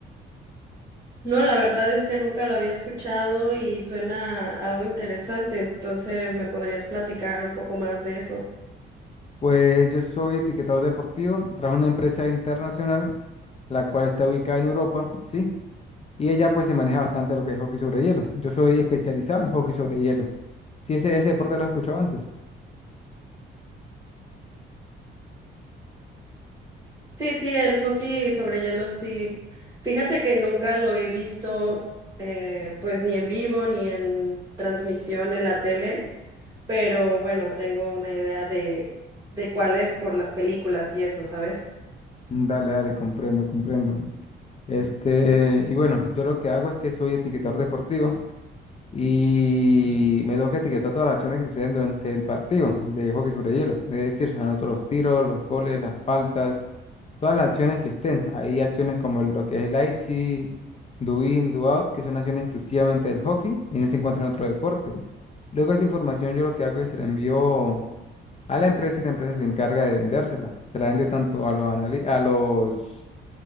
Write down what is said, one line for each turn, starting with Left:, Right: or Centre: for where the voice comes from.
Right: No, la verdad es que nunca lo había escuchado y suena algo interesante, entonces me podrías platicar un poco más de eso.
Left: Pues yo soy etiquetador deportivo, trabajo en una empresa internacional, la cual está ubicada en Europa, ¿sí? Y ella pues se maneja bastante lo que es hockey sobre hielo. Yo soy especializado en hockey sobre hielo. Sí, ese, ese deporte lo he escuchado antes.
Right: Sí, sí, el hockey sobre hielo, sí. Fíjate que nunca lo he visto, eh, pues ni en vivo ni en transmisión en la tele. pero bueno, tengo una idea de, de cuál es por las películas y eso, ¿sabes?
Left: Mm, Dale, dale, comprendo, comprendo. Este, y bueno, yo lo que hago es que soy etiquetador deportivo y me toca etiquetar todas las acciones que suceden durante el partido de hockey sobre hielo. Es decir, anoto los tiros, los goles, las faltas todas las acciones que estén. Hay acciones como lo que es el icing, do in, do out, que son acciones exclusivamente del hockey y no se encuentran en otros deportes. Luego esa información yo lo que hago es se la envío a la empresa y la empresa se encarga de vendérsela. Se la vende tanto a los anali- a los